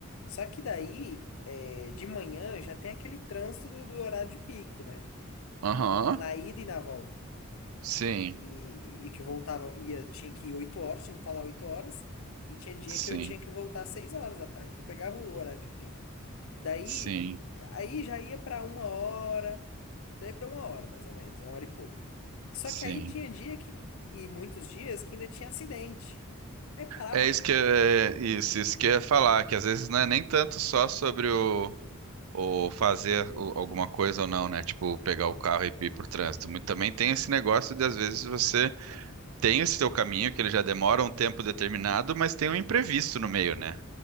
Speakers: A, on the left (about 70°); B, on the right (about 80°).
A: Só que daí, é, de manhã já tem aquele trânsito do, do horário de pico, né?
B: Aham.
A: Na ida e na volta.
B: Sim.
A: E, e que eu voltava, ia, tinha que ir 8 horas, tinha que estar lá 8 horas, e tinha dia
B: Sim.
A: que eu tinha que voltar às 6 horas da tarde. Então eu pegava o horário de pico. Daí,
B: Sim.
A: aí já ia pra uma hora, daí pra uma hora mais ou menos, uma hora e pouco. Só
B: Sim.
A: que aí tinha dia que, e muitos dias que ainda tinha acidente. Aí parava
B: É
A: tudo.
B: isso que é isso, isso que eu ia falar, que às vezes não é nem tanto só sobre o, o fazer o- alguma coisa ou não, né? Tipo, pegar o carro e ir pro trânsito. Muito também tem esse negócio de às vezes você tem esse teu caminho que ele já demora um tempo determinado, mas tem um imprevisto no meio, né?